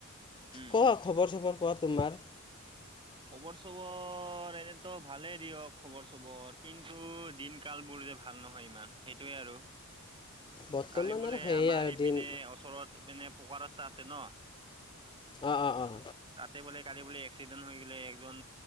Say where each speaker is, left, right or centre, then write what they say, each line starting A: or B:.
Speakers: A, on the right; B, on the left.
A: উম
B: ক খবৰ চবৰ কোৱা তোমাৰ
A: খবৰ চবৰ এনেতো ভালেই দিয়ক খবৰ চবৰ কিন্তু দিন কাল বোৰ যে ভাল নহয় ইমান সেইটোয়ে আৰু
B: বৰ্তমান
A: কালি বোলে
B: আৰু সেয়ে
A: আমাৰ
B: আৰু
A: ইপিনে
B: দিন
A: ওচৰত মানে পকা ৰাস্তা আছে ন
B: অঁ অঁ অঁ
A: তাতে বোলে কালি বোলে এক্সিডেণ্ট হৈ গেলে একজন